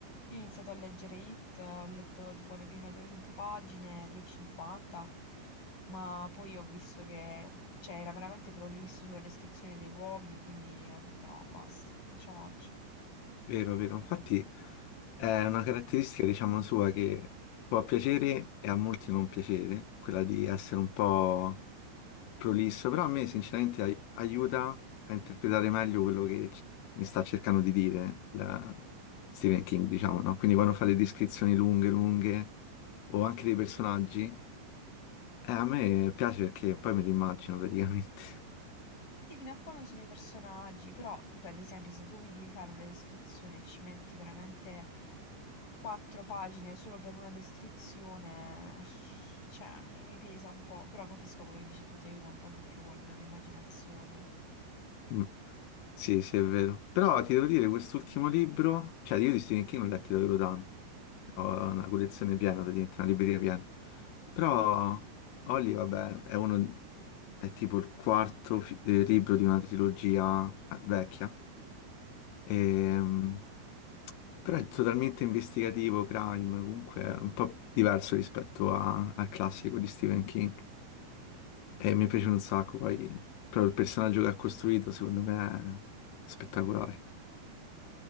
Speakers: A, on the left; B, on the left.
A: Io ho iniziato a leggere It, ho letto tipo le prime 200 pagine, 250, ma poi ho visto che, cioè, era veramente prolisso sulla descrizione dei luoghi, quindi ho detto no, basta, non ce la faccio.
B: Vero, vero. Infatti è una caratteristica, diciamo, sua che può piacere e a molti non piacere, quella di essere un po' prolisso, però a me sinceramente ai- aiuta a interpretare meglio quello che c- mi sta cercando di dire la- Stephen King, diciamo, no? Quindi quando fa le descrizioni lunghe, lunghe, o anche dei personaggi. Eh, a me piace perché poi me l'immagino praticamente. <laughs>
A: Sì, fino a quando sono i personaggi, però per esempio se tu mi devi fare una descrizione e ci metti veramente quattro pagine solo per una descrizione, cioè mi, mi pesa un po', però capisco quello che dici tu, ti aiuta un po' di più con l'immaginazione.
B: Mm. Sì, sì, è vero. Però ti devo dire, quest'ultimo libro, cioè io di Stephen King ho letti davvero tanti. Ho una collezione piena, praticamente, una libreria piena. Però Holly, vabbè, è uno, è tipo il quarto fi- eh, libro di una trilogia eh, vecchia. Ehm, però è totalmente investigativo, crime, comunque è un po' diverso rispetto a- al classico di Stephen King. E mi piace un sacco, poi proprio il personaggio che ha costruito secondo me è spettacolare.